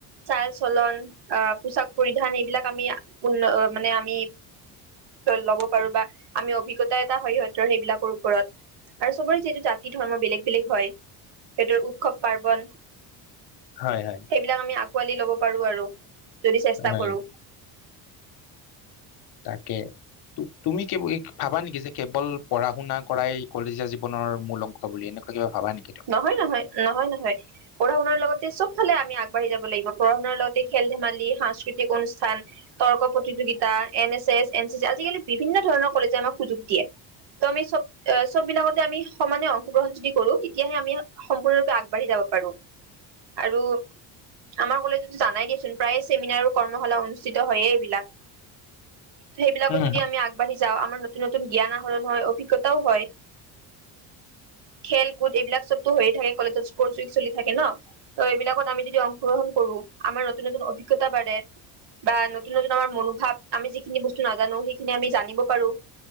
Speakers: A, on the right; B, on the left.
A: চাল চলন আহ পোচাক পৰিধান এইবিলাক আমি উন্ন মানে আমি ল'ব পাৰো বা আমি অভিজ্ঞতা হয় সিহঁতৰ সেইবিলাকৰ ওপৰত আৰু চবৰে যিহেতু জাতি ধৰ্ম বেলেগ বেলেগ হয় সিহঁতৰ উৎসৱ পাৰ্বন
B: হয় হয়
A: সেইবিলাক আমি আগ পোৱালি ল'ব পাৰো আৰু যদি চেষ্টা
B: হয়
A: কৰো
B: তাকে ত তুমি কে ভাবা নেকি যে কেৱল পঢ়া শুনা কৰাই কলেজীয়া জীৱনৰ মূল অংশ বুলি এনেকুৱা কিবা ভাবা নেকি তুমি
A: নহয় নহয় নহয় নহয় পঢ়া শুনাৰ লগতে চব ফালে আমি আগ আগবাঢ়ি যাব লাগিব পঢ়াৰ লগতে খেল-ধেমালি, সাংস্কৃতিক অনুষ্ঠান, তৰ্ক প্ৰতিযোগিতা, N S S, N C C আজিকালি বিভিন্ন ধৰণৰ কলেজে আমাক সুযোগ দিয়ে, ত' আমি চব চব বিলাকতে আমি সমানে অংশ গ্ৰহণ যদি কৰো। তেতিয়াহে আমি সম্পূৰ্ণৰূপে আগবাঢ়ি যাব পাৰো আৰু আমাৰ কলেজতো জানাই দিয়চোন প্ৰায় চেমিনাৰ কৰ্মশালা অনুষ্ঠিত হয়য়ে এইবিলাক সেইবিলাকো
B: উম
A: যদি আমি আগবাঢ়ি যাও আমাৰ নতুন নতুন জ্ঞান আহৰণ হয় অভিজ্ঞতাও হয়। খেল- এইবিলাক চবটো হৈয়ে থাকে কলেজত স্পচ-ওইক চলি থাকে ন, ত এইবিলাকত আমি যদি অংশ গ্ৰহণ কৰো আমাৰ নতুন নতুন অভিজ্ঞতা বাঢ়ে বা নতুন নতুন আমাৰ মনোভাৱ আমি যিখিনি বস্তু নাজানো সেইখিনি আমি জানিব পাৰো